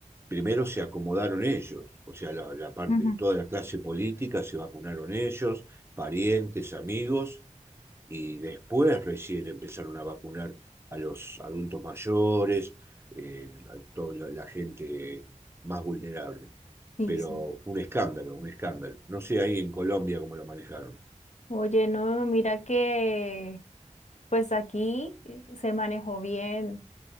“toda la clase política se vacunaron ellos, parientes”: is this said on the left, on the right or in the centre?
Right